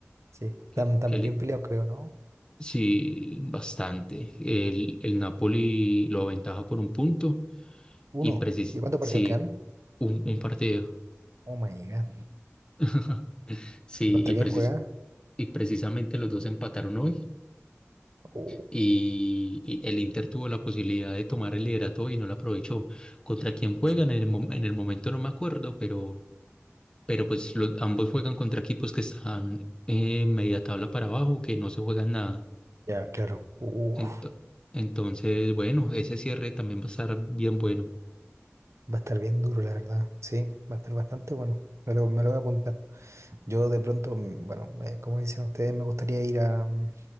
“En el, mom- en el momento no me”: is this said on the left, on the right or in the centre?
Left